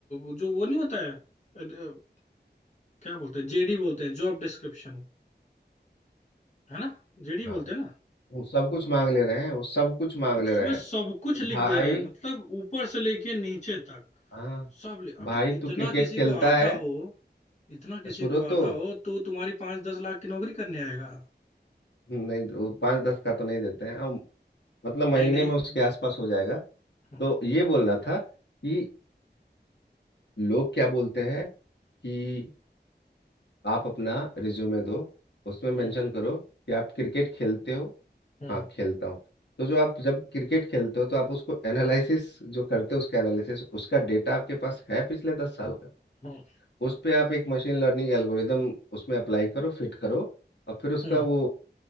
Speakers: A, on the left; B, on the left.
A: अ, जो वो नहीं होता है अ, क्या बोलते हैं जेडी बोलते हैं जॉब डिस्क्रिप्शन है ना जेडी
B: हाँ
A: बोलते हैं ना
B: वो सब कुछ मांग ले रहे हैं वो सब कुछ मांग
A: उसमें
B: ले रहे हैं
A: सब
B: कि
A: कुछ लिख
B: भाई
A: दे रहे हैं मतलब ऊपर से लेके नीचे तक
B: हाँ
A: सब लिख
B: भाई
A: अबे इतना
B: तू क्रिकेट
A: किसी
B: खेलता
A: को आता
B: है
A: हो इतना किसी
B: शुरू
A: को आता
B: तो
A: हो तो तुम्हारी पांच दस लाख की नौकरी करने आएगा
B: नहीं वो पाँच दस का तो नहीं देते हैं हम मतलब महीने
A: नहीं नहीं
B: में उसके आसपास हो जाएगा
A: हम्म
B: तो ये बोल रहा था कि लोग क्या बोलते हैं कि आप अपना रिज्यूमे दो उसमें मेंशन
A: हम्म
B: करो कि आप क्रिकेट खेलते हो
A: हम्म
B: हाँ खेलता हूँ तो जो आप जब क्रिकेट खेलते हो तो आप उसको एनालिसिस जो करते हो उसका एनालिसिस उसका डेटा आपके पास है पिछले दस साल का
A: हम्म।
B: उस पे आप एक मशीन लर्निंग एल्गोरिदम उसमें अप्लाई करो फिट करो और फिर उसका
A: हम्म
B: वो